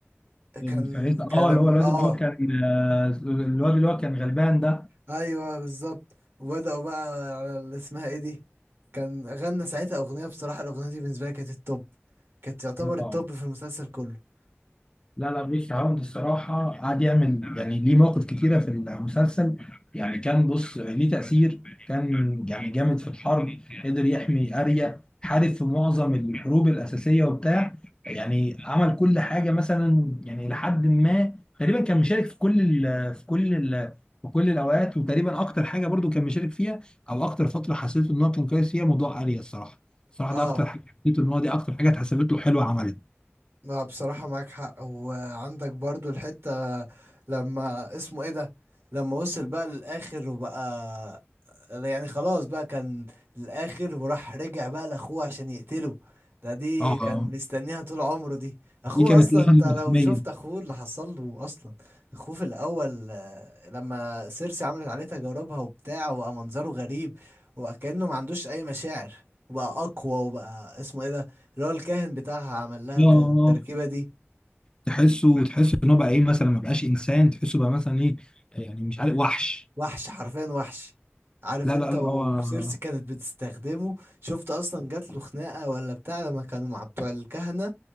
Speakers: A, on the left; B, on the right.
A: الفريق
B: كان
A: اه
B: كان
A: اللي
B: لما
A: هو الواد اللي
B: اه
A: هو كان آه، الواد اللي هو كان غلبان ده
B: ايوه بالظبط وبداوا بقى على اللي اسمها ايه دي كان غنى ساعتها اغنيه بصراحه الاغنيه دي بالنسبه لي كانت التوب كانت تعتبر التوب
A: آه،
B: في المسلسل كله
A: لا لا بيك عوض الصراحة قعد يعمل يعني ليه مواقف كتيرة في المسلسل يعني كان بص ليه تأثير كان يعني جامد في الحرب قدر يحمي أريا حارب في معظم الحروب الأساسية وبتاع يعني عمل كل حاجة مثلا يعني لحد ما تقريبا كان مشارك في كل ال في كل ال في كل الأوقات وتقريبا أكتر حاجة برضو كان مشارك فيها أو أكتر فترة حسيت إن هو كان كويس فيها موضوع أريا الصراحة الصراحة
B: اه
A: ده أكتر حاجة حسيت إن هو دي أكتر حاجة اتحسبت له حلوة عملها
B: لا بصراحه معاك حق وعندك برضو الحته لما اسمه ايه ده لما وصل بقى للاخر وبقى يعني خلاص بقى كان الاخر وراح رجع بقى لاخوه عشان يقتله ده دي
A: اه
B: كان مستنيها طول عمره دي اخوه
A: دي كانت
B: اصلا
A: ليه
B: انت
A: حاجه
B: لو
A: ملحميه
B: شفت اخوه اللي حصل له اصلا اخوه في الاول آه، لما سيرسي عملت عليه تجاربها وبتاع وبقى منظره غريب وكأنه ما عندوش اي مشاعر وبقى اقوى وبقى اسمه ايه ده اللي هو الكاهن بتاعها عمل لها
A: اه
B: الك-
A: آه.
B: التركيبة دي
A: تحسه تحسه ان هو بقى ايه مثلا ما بقاش انسان تحسه بقى مثلا ايه يعني مش عارف وحش
B: وحش حرفيا وحش عارف
A: لا
B: انت
A: لا لا
B: وسيرسي
A: هو اه
B: كانت بتستخدمه شفت اصلا جات له خناقه ولا بتاع لما كانوا مع بتوع الكهنه